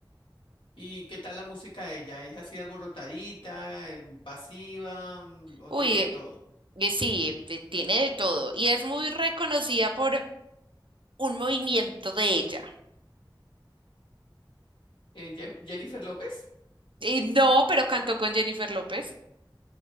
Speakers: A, on the left (about 80°); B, on the right (about 80°).
A: ¿Y qué tal la música de ella? ¿Es así alborotadita, em, pasiva, mm, o
B: Uy,
A: tiene de
B: eh,
A: todo?
B: eh, sí, eh, tiene de todo. Y es muy reconocida por un movimiento de ella.
A: Eh, Ye- Jennifer López.
B: Y no, pero cantó con Jennifer López.